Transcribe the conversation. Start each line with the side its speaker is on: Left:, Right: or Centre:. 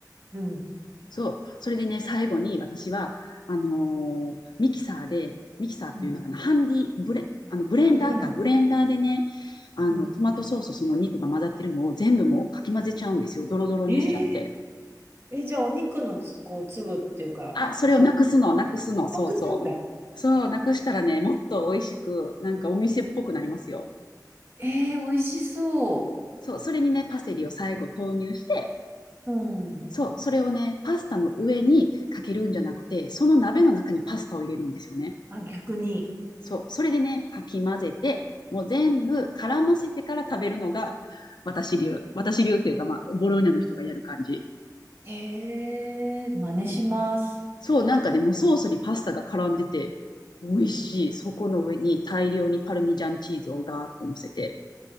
Right: うん。
Left: そう。それでね、最後に私は、あのーミキサーで、ミキサーっていうのかな、
Right: うん。
Left: ハンディ、ブレ、あのブレンダーか、
Right: うんうん
Left: ブレンダーでね、あの、
Right: うん。
Left: トマトソースとその肉が混ざってるのを全部もうかき混ぜちゃうんですよ。ドロドロにしちゃって。
Right: えーえ、じゃあ、お肉のつ、こう、粒っていうか、
Left: あ、それをなくすの、
Right: 触
Left: なくすの、そうそう。
Right: 覚なんだ。
Left: そう、なくしたらね、もっと美味しく、なんかお店っぽくなりますよ。
Right: えー、美味しそ
Left: そう、それにね、パセリを最後投入して、
Right: う。うん。
Left: そう、それをね、パスタの上にかけるんじゃなくて、
Right: うん。
Left: その鍋の中にパスタを入れるんですよね。
Right: あ、逆に。
Left: そう、それでね、かき混ぜて、もう全部絡ませてから食べるのが私流。私流っていうか、まあ、ボローニャの人がやる感じ。
Right: えー、真似します。
Left: そう、なんかね、もうソースにパスタが絡んでて、美味しい。
Right: うん。
Left: そこの上に大量にパルミジャンチーズをガーッと乗せて。